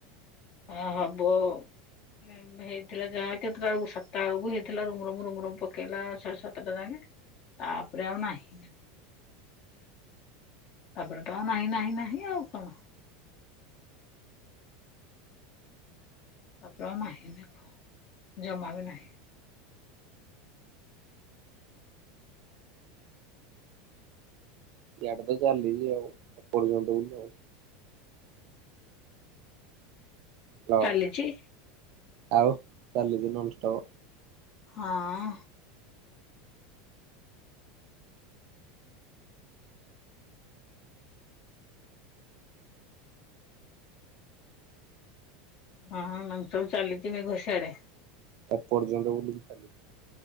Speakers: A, on the left; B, on the right.
A: ଆ ହବ। ହେଇଥିଲା ଯାହା କେତେଟା ବେଳୁ, ସାତଟା ବେଳକୁ ହେଇଥିଲା। ରୁମ, ରମ, ରୁମ, ରୁମ-ପକେଇଲା ସାଢେ ସାତଟା ଯାଙ୍କେ। ତାପରେ ଆଉ ନାହିଁ। ତାପରେ ତ ଆଉ ନାହିଁ ନାହିଁ ନାହିଁ ଆଉ କଣ। ତାପ ଆଉ ନାହିଁ ଦେଖ ଜମା ବି ନାହିଁ।
B: ଏଇଡେ ତ ଚାଲିଛି ଆଉ ଏପ୍ରଯନ୍ତ <inaudible> ହ୍ୟାଲୋ
A: ଚାଲିଚି?
B: ଆଉ ଚାଲିଛି ନନଷ୍ଟପ।
A: ହଁଅ। ହଁ ନାନଷ୍ଟପ ଚାଲିଛି ମେଘ ସିଆଡେ।
B: ଏପର୍ଯ୍ୟନ୍ତ ବୋଲି ଚାଲି